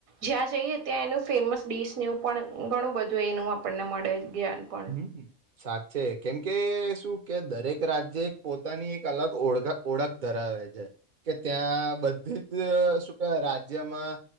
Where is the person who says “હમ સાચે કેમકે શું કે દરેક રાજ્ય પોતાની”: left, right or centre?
Right